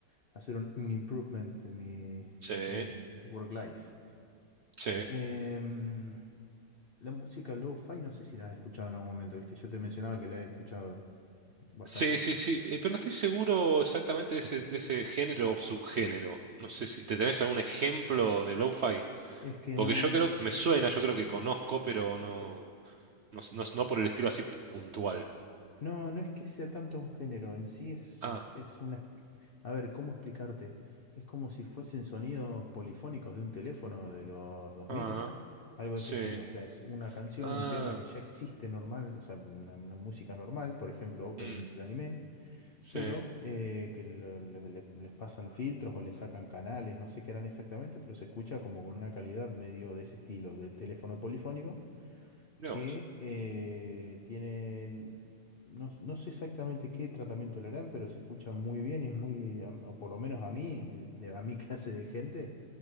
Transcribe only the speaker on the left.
hacer un, un improvement en mi, en
mi work life.
Em, la música lo-fi, no sé si la has escuchado en algún momento, ¿viste? Yo te mencionaba que la he escuchado bastantes
veces.
Es que
no,
no, no es que sea tanto un género, en sí es,
es una A ver, ¿cómo explicarte? Es como si fuesen sonidos polifónicos de un teléfono de los dos
mil, algo
de ese estilo. O sea, es una canción,
un tema que ya existe normal, o sea, una, una música normal, por ejemplo, openings
de anime,
pero eh, que lo- lo- le- les pasan filtros o le sacan canales, no sé qué harán exactamente, pero se escucha como con una calidad medio de ese estilo, del teléfono polifónico
que
eh, tienen, no, no sé exactamente qué tratamiento le harán, pero se escucha muy bien y es muy, am- o por lo menos a mí, de, de- a mi <laughs> clase de gente,